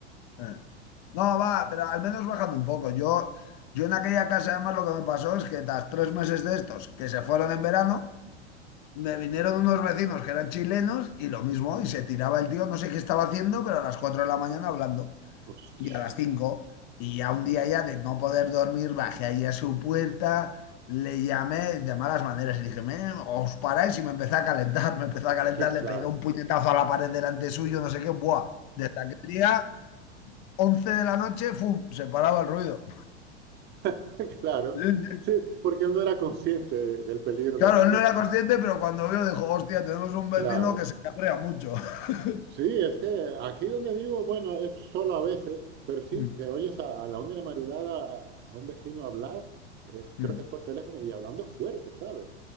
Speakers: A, on the left; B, on the right.
A: Eh. No, va, pero al menos bajando un poco. Yo, yo en aquella casa, además, lo que me pasó es que tras tres meses de estos, que se fueron en verano, me vinieron unos vecinos que eran chilenos y lo mismo, y se tiraba el tío, no sé qué estaba haciendo, pero a las cuatro de la mañana hablando,
B: Hostia,
A: y a las cinco, y ya un día ya de no poder dormir, bajé ahí a su puerta, le llamé de malas maneras y dije, "Me, os paráis y me empecé a calentar, <laughs> me empecé
B: <laughs>
A: a calentar, le
B: claro.
A: pegué un puñetazo a la pared delante suyo, no sé qué, buah, desde aquel día... 11 de la noche, ¡fum! se paraba el ruido.
B: <laughs> Claro,
A: Sí, sí.
B: sí, porque él no era consciente de- del peligro
A: Claro,
B: que corría.
A: él no era consciente, pero cuando vio dijo, hostia, tenemos un vecino
B: Claro,
A: que se cabrea mucho. <laughs>
B: sí, es que aquí donde vivo, bueno, es solo a veces, pero sí,
A: Mm,
B: que oyes a, a la una de la madrugada a, a un vecino hablar, es- creo
A: mm,
B: que es por teléfono, y hablando fuerte, ¿sabes?